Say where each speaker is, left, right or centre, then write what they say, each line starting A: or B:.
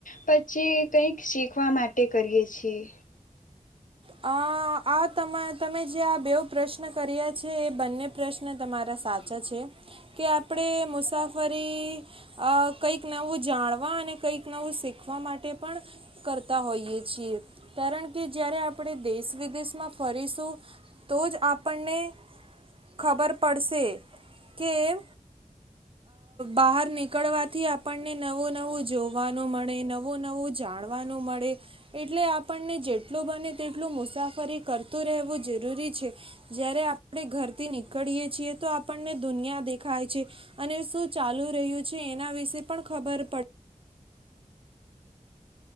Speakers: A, on the left; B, on the right.
A: પછી કઈક શીખવા માટે કરીએ છીએ.
B: અ આ તમા તમે જે આ બેવ પ્રશ્ન કર્યા છે એ બંને પ્રશ્ન તમારા સાચા છે કે આપણે મુસાફરી કંઈક નવું જાણવા અને કંઈક નવું શીખવા માટે પણ કરતા હોઈએ છીએ કારણ કે જ્યારે આપણે દેશ વિદેશ. માં ફરીશું તો જ આપ. આપણને ખબર. પડશે કે બહાર નીકળવાથી આપણને નવું નવું જોવાનું મળે નવું નવું જાણવાનું મળે એટલે આપણને જેટલું બને તેટલું મુસાફરી. કરતું રહેવું જરૂરી છે જય્યારે આપણે ઘરથી નીકળીયએ છીએ તો આપણને દુનિયા દેખાય છે અને શું ચાલુ રહ્યું છે એના વિશે પણ ખબર પડ.